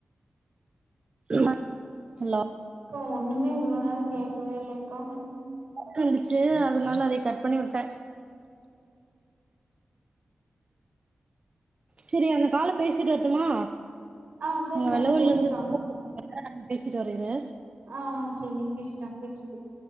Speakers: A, on the right (about 35°); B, on the right (about 65°).
A: ஹா ஹலோ
B: அக்கா ஒண்ணுமே இவ்ளோ நேர கேட்கவே இல்லகா
A: கட்டாயிருச்சு அதுனால அதையு கட் பண்ணி உட்ட செரி அந்த கால பேசிட்டு வரட்டுமா
B: ஆ சரிக்கா
A: அங்க வெலவுல
B: நீங்க பேசிட்டு
A: இருந்து
B: வாங்க
A: கூப்பு என்ன நடந்து பேசிட்டு வர இரு
B: ஆஹ் செரி நீங்க பேசிட்டு வாங்க பேசிட்டு கூப்